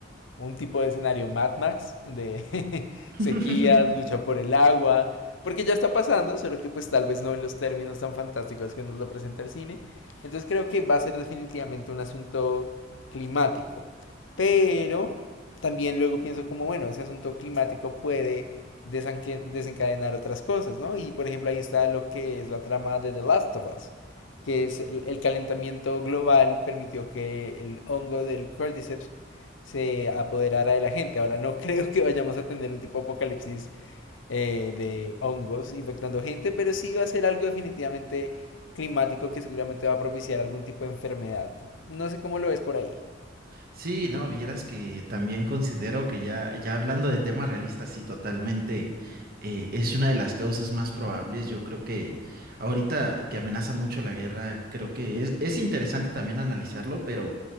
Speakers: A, on the left; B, on the right.
A: un tipo de escenario Mad Max, de <laughs>
B: <laughs>
A: sequías, lucha por el agua. Porque ya está pasando, solo que pues tal vez no en los términos tan fantásticos que nos lo presenta el cine. Entonces creo que va a ser definitivamente un asunto climático. Pero también luego pienso como, bueno, ese asunto climático puede desenque- desencadenar otras cosas, ¿no? Y por ejemplo ahí está lo que es la trama de The Last of Us, que es el, el calentamiento global permitió que el hongo del Cordyceps se apoderara de la gente. Ahora no <laughs> creo que vayamos a tener un tipo de apocalipsis eh, de hongos infectando gente, pero sí va a ser algo definitivamente climático que seguramente va a propiciar algún tipo de enfermedad. No sé cómo lo ves por ahí.
B: Sí, no, vieras que también considero que ya, ya hablando de temas realistas, sí, totalmente, eh, es una de las causas más probables. Yo creo que ahorita que amenaza mucho la guerra, creo que es, es interesante también analizarlo, pero